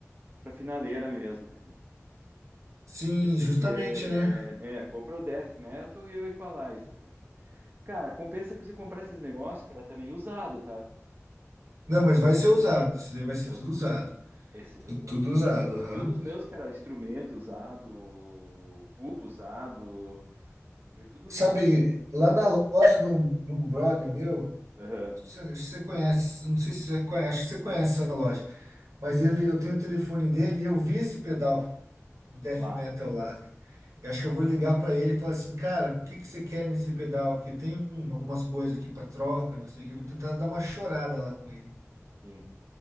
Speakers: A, on the right (about 35°); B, on the right (about 75°).
A: pra finaleira mesmo, cara.
B: Sim,
A: Porque esse
B: justamente,
A: aqui é,
B: né?
A: é, é, compra o Death Metal e o Equalizer, cara. Cara, compensa que você comprar esses negócios, cara, também usado, tá?
B: Não, mas vai ser usado. Isso daí vai ser
A: É
B: tudo
A: os-
B: usado.
A: esse- eu-
B: Tu- Tudo usado, aham.
A: todos os meus, cara, instrumento usado, cubo usado, comprei tudo usado.
B: Sabe, lá na loja de um, de um brother meu,
A: Aham,
B: você, acho que você conhece, não sei se você já conhece, acho que você conhece essa loja, mas ele, eu tenho o telefone dele e eu vi esse pedal death
A: Lá.
B: metal lá. Eu
A: Ah,
B: acho que eu vou ligar para ele e falar assim, cara, o que que você quer nesse pedal? Que tem hum, algumas coisas aqui para troca, não sei o que. Eu vou tentar dar uma chorada lá com ele,
A: sim.